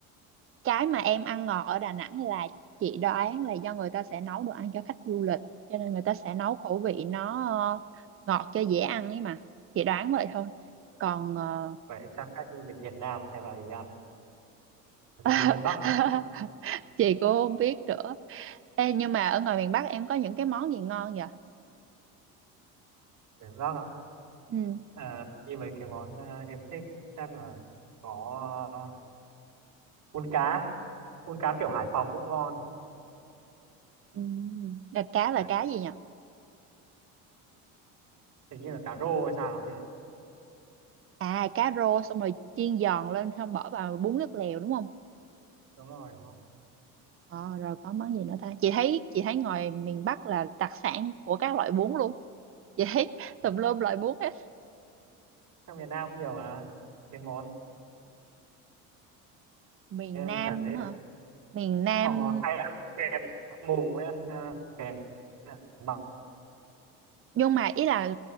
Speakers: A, on the right (about 30°); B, on the right (about 50°).
A: cái mà em ăn ngọt ở Đà Nẵng là chị đoán là do người ta sẽ nấu đồ ăn cho khách du lịch cho nên người ta sẽ nấu khẩu vị nó ờ, ngọt cho dễ ăn ấy mà chị đoán vậy thôi còn ờ,
B: Vậy chắc cách như mình miền Nam hay vào gì ăn à? Vì
A: <laughs>
B: người miền Bắc không?
A: chị cũng không biết nữa Ê, nhưng mà ở ngoài miền Bắc em có những cái món gì ngon vậy
B: Miền Bắc à?
A: ừ.
B: À, như vậy cái món à, em thích chắc là có à, cuốn cá cuốn cá kiểu Hải Phòng cũng ngon
A: Ừ. là cá là
B: cá
A: cá gì nhỉ
B: hình như là cá rô hay sao ấy chị
A: à cá rô xong rồi chiên giòn lên không bỏ vào bún nước lèo đúng không
B: đúng rồi đúng rồi
A: ờ rồi có món gì nữa ta chị thấy chị thấy ngoài miền Bắc là đặc sản của các loại bún luôn chị thấy <laughs>
B: Đúng.
A: tùm lum loại bún hết
B: sang miền Nam cũng nhiều mà cái món
A: miền
B: em
A: Nam
B: thấy
A: hả?
B: là
A: miền Nam
B: họ hay ăn kèm mùng với ăn à, kèm mọc
A: nhưng mà ý là